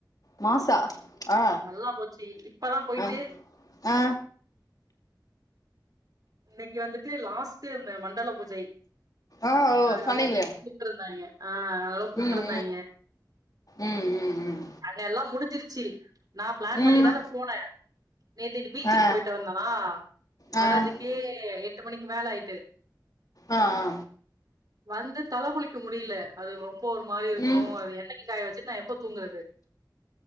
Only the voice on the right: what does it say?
நல்லா போச்சு இப்பதா போயிட்டு
இன்னைக்கு வந்துட்டு லாஸ்ட் இந்த மண்டல பூஜை
அதனால
இன்னைக்கு கூப்ட்ருந்தாய்ங்க ஆ அதனால கூப்பிட்ருந்தாய்ங்க
அங்க எல்லா முடிச்சிருச்சு நா பிளான்
பண்ணிதான
போன நேத்துக்கு பீச்சுக்கு
போயிட்டு வந்தனா
வர்றதுக்
யே எட்டு மணிக்கு மேல ஆயிட்டு
வந்து தல குளிக்க முடில அது ரொம்ப ஒரு மாரி இருக்கு
அது என்னைக்கு காய வச்சுட் நா எப்ப தூங்கற்து